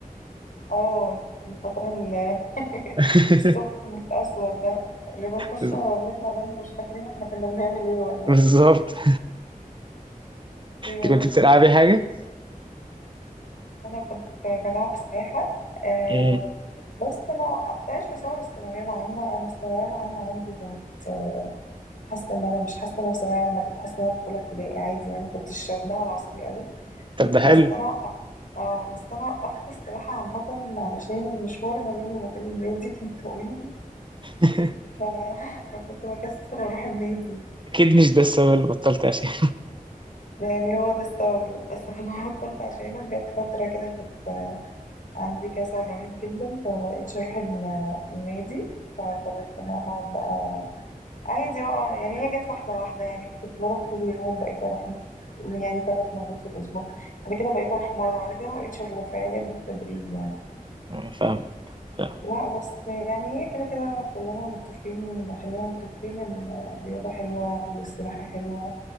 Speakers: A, on the left; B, on the right.
A: اه الفترة اللي <laughs>
B: <laughs>
A: الثقب الاسود ده اللي بنخش
B: بز-
A: وبنطلع منه مش فاكرين احنا كنا بنعمل ايه ولا
B: بالظبط <laughs>
A: ايه.
B: انت كنت بتلعبي حاجه
A: انا كنت بلعب سباحه آه
B: مم.
A: بس ما وقفتهاش بسبب الثانويه العامه انا الثانويه العامه عندي كانت آه، حاسه ان انا مش حاسه ان انا في ثانويه عامه كنت حاسه ان انا في اولى ابتدائي عادي يعني ما كنتش واخداها على اعصابي قوي
B: طب ده حلو
A: بس انا وقفت اه بس انا وقفت السباحه عامه علشان المشوار ما بيني وما بين النادي <laughs> كان طويل
B: <laughs>
A: ف- <laughs> فكنت بكسر اروح النادي
B: اكيد مش ده السبب اللي بطلت عشان
A: يعني هو ده السبب للاسف اللي أنا بطلت عشانه جت فتره كده كنت عندي كسل رهيب جدا فبقيتش اروح الم- النادي فقررت ان انا هقعد بقى عادي بقى يعني هي جت واحدة واحدة يعني كنت بروح كل يوم بقيت اروح م- يعني ثلاث مرات في الاسبوع بعد كده بقيت اروح مرة بعد كده مبقتش اروح فهي جت بالتدريج يعني
B: آه، فاهم فاهم
A: لا بس يعني هي كده كده كلنا متفقين خلينا متفقين ان الرياضة حلوة والسباحة حلوة